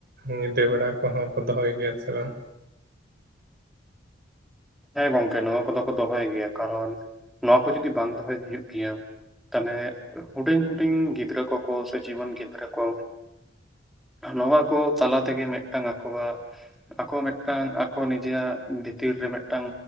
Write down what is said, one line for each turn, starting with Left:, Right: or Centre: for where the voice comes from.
Right: ᱧᱤᱫᱟᱹ ᱱᱮ, ᱲᱟ ᱠᱚᱦᱚᱸ ᱠᱚ ᱫᱚᱦᱚᱭ ᱜᱮᱭᱟ ᱥᱮ ᱵᱟᱝ
Centre: ᱦᱮᱸ ᱜᱚᱢᱠᱮ ᱱᱚᱣᱟ ᱠᱚᱫᱚ ᱠᱚ ᱫᱚᱦᱚᱭ ᱜᱮᱭᱟ ᱠᱟᱨᱚᱱ ᱱᱚᱣᱟ ᱠᱚ ᱡᱩᱫᱤ ᱵᱟᱝ ᱫᱚᱦᱚᱭ ᱦᱩᱭᱩᱜ ᱜᱮᱭᱟ ᱛᱟᱦᱚᱞᱮ ᱦᱩᱰᱤᱧ ᱦᱩᱰᱤᱧ ᱜᱤᱫᱽᱨᱟᱹ ᱠᱚᱠᱚ ᱥᱚᱪᱩ. ᱡᱤᱣᱚᱴᱟᱹᱱ ᱜᱤᱫᱽᱨᱟᱹ ᱠᱚ ᱱᱚᱣᱟ ᱠᱚ ᱛᱟᱞᱟ ᱛᱮᱜᱮ ᱢᱤᱫᱴᱟᱝ ᱟᱠᱚᱣᱟᱜ ᱟᱠᱚ ᱢᱤᱫᱴᱟᱝ ᱟᱠᱚ ᱱᱤᱡᱮ ᱟᱜ ᱵᱷᱤᱛᱤᱨ ᱨᱮ ᱢᱮᱫ ᱢᱤᱫᱴᱟᱝ